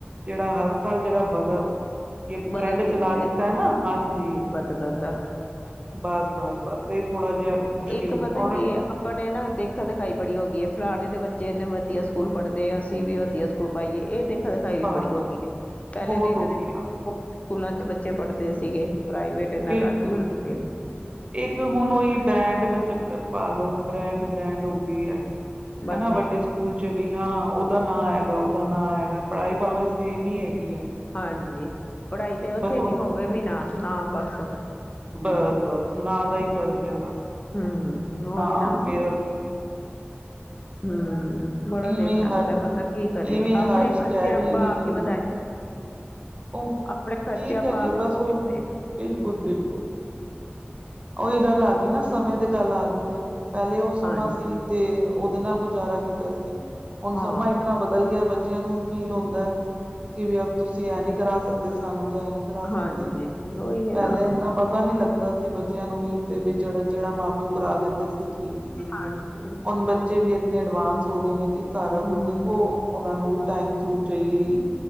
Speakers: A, on the right; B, on the left.
A: ਜਿਹੜਾ ਹਰ ਸਾਲ ਜਿਹੜਾ ਵਧਾ ‌। ਇਹ
B: ਬਦਲ
A: ਟਰੈਂਡ
B: ਦਿੰਦੇ
A: ਚਲਾ
B: ਨੇ।
A: ਦਿੱਤਾ ਹੈ ਨਾ ਹਾਂਜੀ।
B: ਬਦਲਣ ਦਾ
A: ਬਸ ਬਸ ਬਸ ਇਹ ਥੋੜਾ ਜਿਹਾ। ਮੁਸ਼ਕਿਲ
B: ਇੱਕ ਪਤਾ
A: ਔਰ
B: ਕੀ ਹੈ। ਆਪਣੇ ਨਾ ਦੇਖਾ ਦਿਖਾਈ ਬੜੀ ਹੋ ਗਈ ਹੈ ਫਲਾਣੇ ਦੇ ਬੱਚੇ ਇਨੇ ਵਧੀਆ ਸਕੂਲ ਪੜ੍ਹਦੇ ਆ ਅਸੀਂ ਵੀ ਵਧੀਆ ਸਕੂਲ। ਨੂੰ ਪਾਈਏ ਇਹ ਦੇਖਾ ਦਿਖਾਈ
A: ਬ
B: ਵੀ ਬੜੀ ਹੋ ਗਈ ਹੈ ਪਹਿਲੇ
A: ਬਹੁਤ
B: ਨਹੀਂ
A: ਹੋ
B: ਤੇ।
A: ਗਿਆ
B: ਸਕੂਲਾਂ ਚ ਬੱਚੇ ਪੜ੍ਹਦੇ ਸੀਗੇ ਪ੍ਰਾਈਵੇਟ। ਇੰਨਾ
A: ਬਿਲਕੁਲ
B: ਘੱਟ ਹੀ ਹੁੰਦਾ ਸੀ।
A: ਇੱਕ ਹੁਣ ਉਹੀ। ਬ੍ਰੈਂਡ ਦਾ ਚੱਕਰ ਪਾ ਲੋ ਬ੍ਰੈਂਡ ਬ੍ਰੈਂਡ ਹੋ ਗਈ ਹੈ
B: ਬੰਨੇ
A: ਹਨਾ ਵੱਡੇ ਸਕੂਲ ਚ ਵੀ ਯਾਂ ਉਹਦਾ ਨਾਂ ਹੈਗਾ ਉਹਦਾ ਨਾਂ ਹੈਗਾ ਪੜ੍ਹਾਈ ਭਾਵੇ ਸੇਮ ਹੀ ਹੈਗੀ ਆ।
B: ਹਾਂਜੀ ਪੜ੍ਹਾਈ ਤੇ ਉੱਥੇ
A: ਬਸ ਉਹ
B: ਨੀ ਹੋਵੇ ਵੀ ਨਾ ਨਾਮ ਬਸ।
A: ਬਸ ਬਸ ਨਾ ਦਾ ਹੀ ਫ਼ਰਕ ਹੈ ਬਸ
B: ਹਮ ਉਹ
A: ਨਾ
B: ਹੈ
A: ਮੇ।
B: ਹਮ ਬੜਾ
A: ਇਵੇਂ
B: ਦੇਖਣਾ
A: ਹੀ ਹਰ
B: ਪੈਂਦਾ ਬੰਦਾ ਕੀ ਕਰੇ
A: ਇਵੇਂ ਹੀ
B: ਆਪਣੇ
A: ਹਰ ਸ਼ੈ
B: ਖਰਚੇ
A: ਵੀ
B: ਆਪਾਂ
A: ਇਵੇਂ
B: ਆਪ
A: ਹੋ
B: ਹੀ ਵਧਾਏ।
A: ਗਈ ਹੈ ਉਹ ਕੀ
B: ਆਪਣੇ ਖਰਚੇ ਆਪਾਂ
A: ਕਰੀਏ
B: ਆਪ
A: ਬਸ ਉਹ
B: ਹੀ ਕਰਦੇ ਨੇ
A: ਬਿਲਕੁਲ
B: ਹਮ
A: ਬਿਲਕੁਲ। ਉਹਹੀ ਗੱਲ ਆ ਗਈ ਨਾ ਸਮੇਂ ਤੇ ਗੱਲ ਆ ਗਈ ਆ ਪਹਿਲੇ ਉਹ ਸਮਾਂ
B: ਹਾਂਜੀ
A: ਸੀ। ਤੇ ਉਹਦੇ ਨਾਲ ਗੁਜ਼ਾਰਾ ਕੀਤਾ ਸੀ ਹੁਣ
B: ਹਾਂ
A: ਸਮਾਂ ਇਤਨਾ। ਬਦਲ ਗਿਆ ਬੱਚਿਆਂ ਨੂੰ ਫੀਲ ਹੁੰਦਾ ਕਿ ਵੀ ਅ ਤੁਸੀਂ ਇਹਂ ਨੀ ਕਰਾ ਸਕਦੇ ਸਾਨੂੰ ਤੇ ਇਹ ਨੀ। ਕਰਾ ਸਕਦੇ
B: ਹਾਂਜੀ ਉਹੀ ਹੈ
A: ਪਹਿਲੇ
B: ਨਾ
A: ਇੰਨਾ ਪਤਾ ਨੀ ਲੱਗਾ। ਤਾਂ ਅਸੀ ਬੱਚਿਆਂ ਨੂੰ ਵੀ ਤੇ ਬ ਜਿਹੜਾ ਮਾਂ ਪਿਓ ਕਰਾ ਦਿੰਦੇ ਸੀ ਠੀਕ ਸੀ
B: ਹਾਂਜੀ
A: ਹੁਣ। ਬੱਚੇ ਵੀ ਇਨੇ ਐਡਵਾਂਸ ਹੋ ਗਏ ਨੇ ਕਿ ਸਾਰਾ
B: ਹਮ
A: ਕੁਝ ਉਹ ਉਹਨਾ ਨੂੰ ਵੀ ਟਾਈਮ ਸਿਰ ਚਾਹੀਏ।